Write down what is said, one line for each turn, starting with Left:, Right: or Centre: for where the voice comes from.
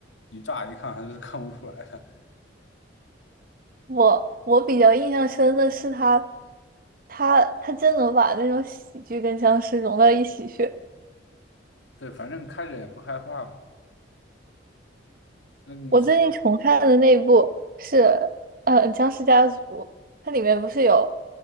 Left: 你乍一看还是看不出来的。
Right: 我我比较印象深的是他，他他真能把那种喜剧跟僵尸融到一起去。
Left: 对，反正开着也不害怕嘛。那你说
Right: 我最近重看的那部是呃《僵尸家族》，它里面不是有